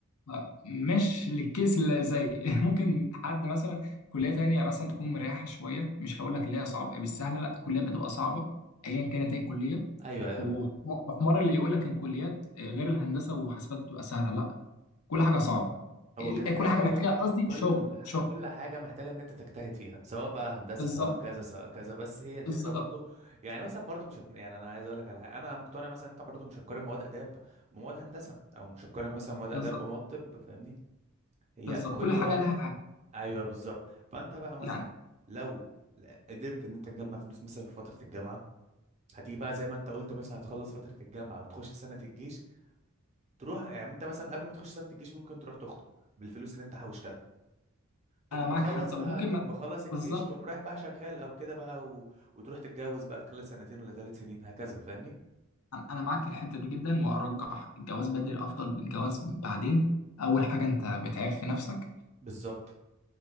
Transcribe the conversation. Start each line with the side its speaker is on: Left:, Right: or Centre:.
Left: ف- مش للكيس اللي زي <laughs> ممكن حد مثلا كليه تانية مثلا تكون مريحه شويه مش هقول لك اللي هي صعبه بالسهله لا الكليات بتبقى صعبه ايا كانت ايه الكليه
Right: ايوه ايوه
Left: وح- وحمار اللي يقول لك ان كليات غير الهندسه وحاسبات بتبقى سهله لا كل حاجه صعبه
Right: هو
Left: ال-
Right: كده
Left: إيه،
Right: كده
Left: كل حاجه
Right: كل
Left: محتاجه
Right: ح...
Left: قصدي
Right: كل
Left: شغل
Right: ح-
Left: شغل
Right: كل حاجة محتاجة ان انت تجتهد فيها سواء بقى هندسة
Left: بالظبط
Right: سواء كذا سواء كذا بس هي الفكرة
Left: بالظبط
Right: برضو يعني مثلا برضو مش هت... يعني انا عايز اقول لك على حاجة انا مقتنع مثلا انت برضو مش هتقارن مواد اداب بمواد هندسة او مش هتقارن مثلا مواد اداب
Left: بالظبط
Right: بمواد طب فاهمني هي
Left: بالظبط
Right: كل
Left: كل حاجه
Right: واحد
Left: لها حاجه
Right: ايوه بالظبط فانت بقى مثلا
Left: يعني
Right: لو ل- قدرت ان انت تجمع فلوس مثلا في فترة الجامعة هتيجي بقى زي ما انت قلت مثلا هتخلص فترة الجامعة وتخش سنة الجيش تروح يعني انت مثلا قبل ما تخش سنة الجيش ممكن تروح تخطب بالفلوس اللي انت حوشتها تقوم
Left: انا معاك
Right: مخلص
Left: حتى
Right: بقى
Left: وممكن
Right: تقوم
Left: ما
Right: مخلص الجيش
Left: بالظبط
Right: تقوم رايح بقى شغال او كده بقى و... وتروح تتجوز بقى في خلال سنتين ولا ثلاث سنين هكذا فاهمني
Left: أنا أنا معاك في الحته دي جدا وارجح الجواز بدري افضل من الجواز بعدين اول حاجه انت بتعف في نفسك
Right: بالظبط